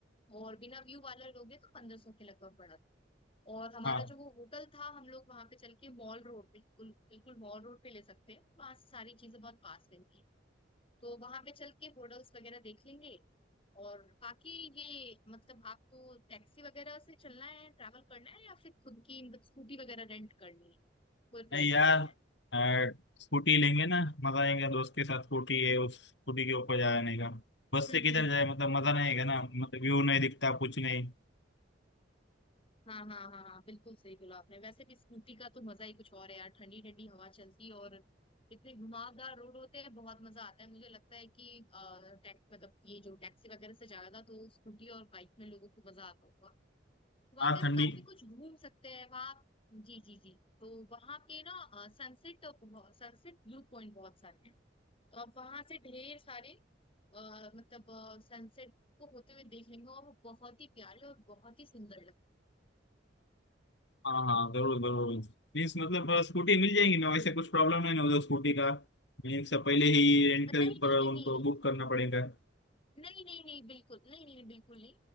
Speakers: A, on the left; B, on the left.
A: और बिना व्यू वाला लोगे तो पंद्रह सौ के लगभग पड़ा और हमारा
B: हाँ
A: जो वो होटल था हम लोग वहां पे चल के मॉल रोड बिल्कुल बिल्कुल मॉल रोड पे ले सकते हैं वहां से सारी चीजें बहुत पास में थी तो वहां पे चल के होटल्स वगैरह देख लेंगे और बाकी ये मतलब आपको टैक्सी वगैरह से चलना है ट्रैवल करना है या फिर खुद की मतलब स्कूटी वगैरह रेंट करनी है खुद ड्राइव
B: नहीं यार
A: करना है
B: अ, स्कूटी लेंगे ना मजा आएगा दोस्त के साथ स्कूटी है उस स्कूटी के ऊपर जाने का बस
A: हम्म
B: से किधर
A: हम्म।
B: जाए मतलब मजा नहीं आएगा ना मतलब व्यू नहीं दिखता कुछ नहीं
A: हाँ हाँ हाँ हाँ बिल्कुल सही बोला आपने वैसे भी स्कूटी का तो मजा ही कुछ और है यार ठंडी ठंडी हवा चलती है और इतने घुमावदार रोड होते हैं बहुत मजा आता है मुझे लगता है कि टैक्स मतलब ये जो टैक्सी वगैरह से ज्यादा तो स्कूटी और बाइक में लोगों को मजा आता होगा वहां
B: हाँ
A: पे हम
B: ठंडी
A: काफी कुछ घूम सकते हैं वहां जी जी जी तो वहां पे ना सनसेट सनसेट व्यू पॉइंट बहुत सारे हैं और वहां से ढेर सारे अ, मतलब सनसेट को होते हुए देख लेंगे और वो बहुत ही प्यारे और बहुत ही सुंदर लगते
B: हाँ हाँ जरूर जरूर प्लीज मतलब अ, स्कूटी मिल जाएगी
A: हैं
B: ना वैसे
A: जी जी
B: कुछ प्रॉब्लम है ना उधर स्कूटी का एक से पहले ही रेंट के
A: नहीं
B: ऊपर
A: नहीं
B: उनको
A: नहीं नहीं
B: बुक करना पड़ेगा
A: नहीं नहीं नहीं बिल्कुल नहीं नहीं नहीं, बिल्कुल नहीं